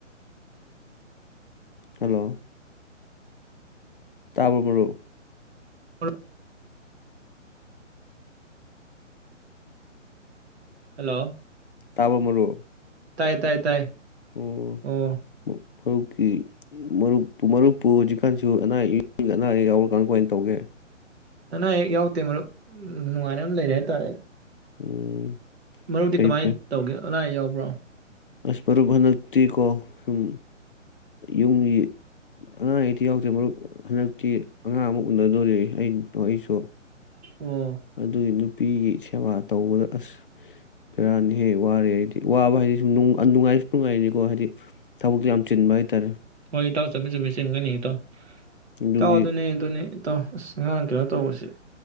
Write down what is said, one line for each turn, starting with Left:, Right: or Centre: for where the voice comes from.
Left: ꯍꯜꯂꯣ ꯇꯥꯕ꯭ꯔꯣ ꯃꯔꯨꯞ
Right: ꯑ <unintelligible> <inaudible> ꯍꯜꯂꯣ
Left: ꯇꯥꯕꯔ ꯃꯔꯨꯞ
Right: ꯇꯥꯏ ꯇꯥꯏ ꯇꯥꯏ
Left: ꯎꯝ
Right: ꯑꯣ
Left: <inaudible> ꯃꯔꯨꯞꯀꯤ ꯃꯔꯨꯞꯨ ꯃꯔꯨꯞꯄꯨ ꯍꯧꯖꯤꯛꯀꯥꯟꯁꯨ ꯑꯅꯥ ꯑꯌꯦꯛ ꯑꯅꯥ ꯑꯌꯦꯛ ꯌꯥꯎꯔꯀꯥꯟ ꯀꯃꯥꯏꯅ ꯇꯧꯒꯦ
Right: ꯑꯅꯥ ꯑꯌꯦꯛ ꯌꯥꯎꯗꯦ ꯃꯔꯨꯞ ꯅꯨꯡꯉꯥꯏꯅ ꯑꯃ ꯂꯩꯔꯦ ꯍꯥꯏꯇꯥꯔꯦ
Left: ꯎꯝ
Right: ꯃꯔꯨꯗꯤ
Left: ꯐꯩ
Right: ꯀꯃꯥꯏꯅ
Left: ꯐꯩ
Right: ꯇꯧꯒꯦ ꯑꯅꯥ ꯑꯌꯥꯎꯕ ꯭ꯔꯣ
Left: ꯑꯁ ꯃꯔꯨꯞ ꯍꯟꯗꯛꯇꯤꯀꯣ ꯍꯨꯝ ꯌꯨꯝꯒꯤ ꯑꯅꯥ ꯑꯌꯦꯛꯇꯤ ꯌꯥꯎꯗ꯭ꯔꯦ ꯃꯔꯨꯞ ꯍꯟꯗꯛꯇꯤ ꯑꯉꯥꯡ ꯑꯃ ꯎꯅꯗꯣꯔꯤ ꯑ ꯑꯩꯁꯨ
Right: ꯑꯣ
Left: ꯑꯗꯨꯗ ꯏ ꯅꯨꯄꯤꯒꯤ ꯁꯦꯕꯥ ꯇꯧꯕꯗ ꯑꯁ ꯕꯦꯔꯥꯅꯤ ꯍꯦ ꯋꯥꯔꯦ ꯍꯥꯏꯗꯤ ꯋꯥꯕ ꯍꯥꯏꯗꯤ ꯁꯨꯝ ꯅꯨꯡꯉꯥꯏꯁꯨ ꯅꯨꯡꯉꯥꯏꯔꯤꯅꯤꯀꯣ ꯍꯥꯏꯗꯤ ꯊꯕꯛꯁꯨ ꯌꯥꯝ ꯆꯤꯟꯕ ꯍꯥꯏꯇꯥꯔꯦ
Right: ꯍꯣꯏ ꯏꯇꯥꯎ ꯆꯃꯤ ꯆꯨꯝꯃꯤ ꯆꯟꯒꯅꯤꯦꯇꯣ
Left: ꯑꯗꯨꯒꯤ
Right: ꯇ ꯑꯗꯨ ꯑꯗꯨꯅꯦ ꯑꯗꯨ ꯑꯗꯨꯅꯦ ꯏ ꯇꯥꯎ ꯑꯁ ꯑꯉꯥꯡ ꯀꯩꯅꯣ ꯇꯧꯕꯁꯤꯦ